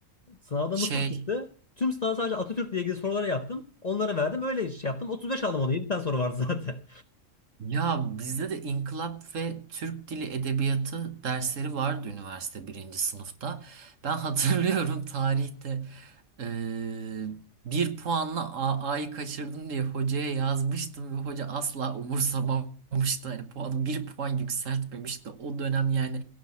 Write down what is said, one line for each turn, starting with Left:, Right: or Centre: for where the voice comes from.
Left: Sınavda
Right: şey
Left: Mısır çıktı. Tüm sınavı sadece Atatürk'le ilgili soruları yaptım. Onları verdim. Öyle şey yaptım. 35 aldım onu. 7 tane soru vardı zaten.
Right: Ya bizde de İnkılap ve Türk Dili Edebiyatı dersleri vardı üniversite birinci sınıfta. Ben hatırlıyorum <laughs> tarihte eee, bir puanla AA'yı kaçırdım diye hocaya yazmıştım ve hoca asla umursamamıştı. Yani puanı bir puan yükseltmemişti. O dönem yani